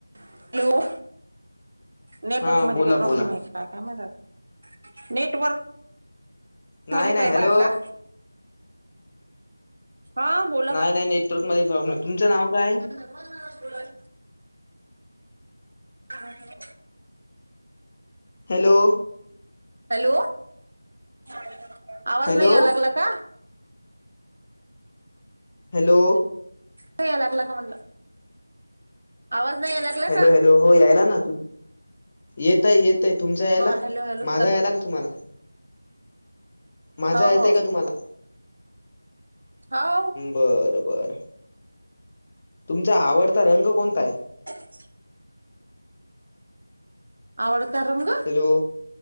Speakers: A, on the right; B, on the left.
A: हॅलो नेटवर्क
B: हा
A: मध्ये
B: बोला
A: काय प्रॉब्लेम
B: बोला
A: आहे का? काय माहित आत नेटवर्क
B: नाही
A: मध्ये काय
B: नाही हॅलो
A: लागला हा. बोला
B: नाही नाही नेटवर्क मध्ये प्रॉब्लेम तुमचं नाव काय?
A: <inaudible> <inaudible>
B: हॅलो.
A: हॅलो आवाज
B: हॅलो
A: नाही या लागला का?
B: हॅलो.
A: नाही याय लागला का म्हणलं आवाज नाही यायला लागला
B: हॅलो
A: का?
B: हॅलो हो यायला ना येतोय येतोय तुमचा यायला
A: मग हॅलो हॅलो
B: माझा
A: चालू
B: यायला का तुम्हाला? माझा
A: हो
B: येतोय का
A: हो
B: तुम्हाला?
A: हो
B: बर बर तुमचा आवडता रंग कोणता आहे?
A: <inaudible> आवडता रंग.
B: हॅलो